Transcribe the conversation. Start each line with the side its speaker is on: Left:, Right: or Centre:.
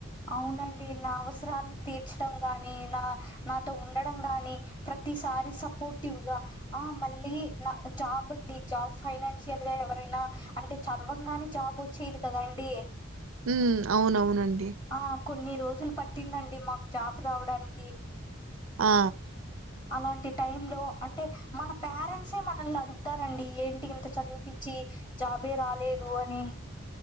Left: అవునండి నా అవసరాలను తీర్చడం గాని నా నాతో ఉండడం గాని ప్రతిసారి సపోర్టివ్ గా ఆ మళ్ళీ నా జాబ్ అండి జాబ్ ఫైనాన్షియల్ గా ఎవరైనా అంటే చదవంగానే జాబ్ వచ్చేయది కదండి
Right: ఉమ్ అవునవునండి
Left: ఆ కొన్ని రోజులు పట్టిందండి మాక్ జాబ్ రావడానికి
Right: ఆ
Left: అలాంటి టైంమ్ లో అంటె మన పారెంట్సే మనల్ని అడుగుతారండి ఏంటి ఇంత చదివుపిచ్చి జాబే రాలేదు అని